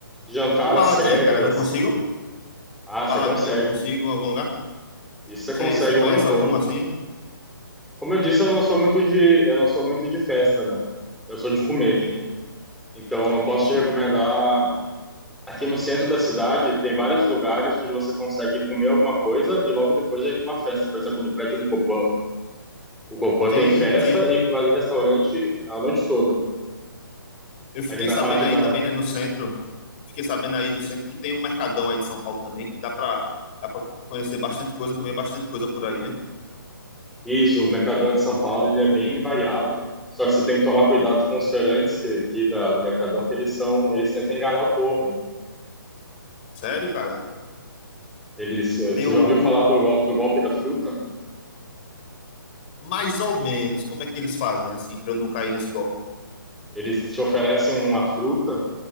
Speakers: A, in the centre; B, on the left (about 25°).
A: jantar
B: E baladinha,
A: às cegas.
B: cara, eu consigo?
A: Ah,
B: Baladinha,
A: você consegue.
B: eu consigo em algum lugar?
A: Isso você
B: Você
A: consegue
B: conhece
A: o ano todo.
B: algum assim?
A: Como eu disse, eu não sou muito de, eu não sou muito de festa, né? Eu sou de comer.
B: Sim,
A: Então, eu posso
B: sim, sim.
A: te recomendar. Aqui no centro da cidade, tem vários lugares onde você consegue comer alguma coisa e logo depois já ir para uma festa. Por exemplo, no prédio do Copan. O Copan
B: Sim,
A: tem festa
B: sim.
A: e vai de restaurante a noite toda.
B: Eu fiquei
A: Ali na
B: sabendo
A: parte
B: aí
A: da.
B: também, né, no centro. Fiquei sabendo aí do centro que tem um mercadão aí de São Paulo também, que dá pra, dá pra conhecer bastante coisa, comer bastante coisa por aí, né?
A: Isso, o Mercadão de São Paulo, ele é bem variado. Só que você tem que tomar cuidado com os feirantes que- aqui da, do Mercadão, que eles são, eles tentam enganar o povo, hein?
B: Sério, cara?
A: Eles, eh,
B: Tem
A: você
B: o,
A: já
B: o
A: ouviu falar do, gol- do golpe da fruta?
B: mais ou menos, como é que eles fazem, assim, pra eu não cair nesse golpe?
A: Eles te oferecem uma fruta